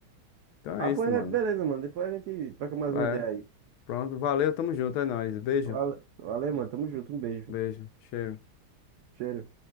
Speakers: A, on the left (about 85°); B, on the right (about 75°).
A: Então
B: Ah,
A: é
B: pois
A: isso, mano.
B: é, beleza, mano. Depois a gente troca mais uma
A: É.
B: ideia aí.
A: Pronto, valeu, tamo junto, é nóis. Beijo,
B: Vale- Valeu, mano. Tamo junto. Um beijo.
A: beijo, cheiro.
B: Cheiro.